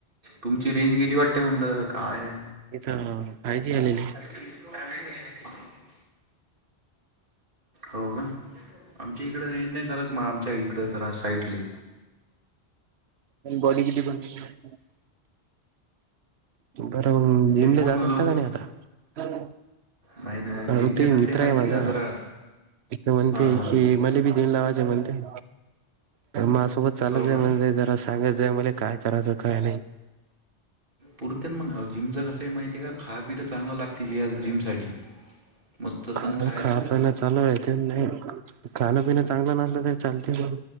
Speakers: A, on the right; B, on the right.
A: तुमची रेंज गेली वाटते म्हणलं काय
B: इ तर फय जी आले
A: का हो का आमच्या इकडं येन नाही चालात मग आमच्या इकडं जरा साईटली
B: बॉडी किती पडते बरं मग जिमले
A: हे कोण
B: जात
A: ना लोक
B: असता का नाही आता
A: नाही ना
B: अ
A: जिमला
B: ते
A: कसं
B: मित्र
A: माहिती
B: आहे माझा
A: का जरा
B: म्हणते
A: हां हां
B: की मला बी देन लावाज आहे म्हणते मा सोबत चालत
A: हो
B: म्हण
A: का
B: जरा सांगायच जाय मला काय करायचं काय नाही
A: पुरतन मग जिमच कसं माहितीय का खा पिय चांगलं लागते जिम साठी मस्त
B: खा
A: सण खायचं
B: खाणं चालू नाही खाण पिन चांगलं नसलं तररी चालते पण